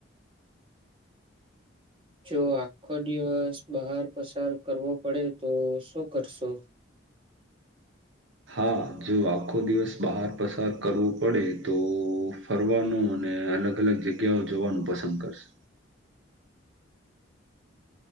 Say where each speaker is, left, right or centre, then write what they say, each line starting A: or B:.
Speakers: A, on the right; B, on the right.
A: જો આખો દિવસ બહાર પસાર કરવો પડે તો શું કરશો
B: હા જો આખો દિવસ બહાર પસાર કરવો પડે તો ફરવાનો અને અને અલગ અલગ જગ્યાઓ જોવાનું પસંદ કરશે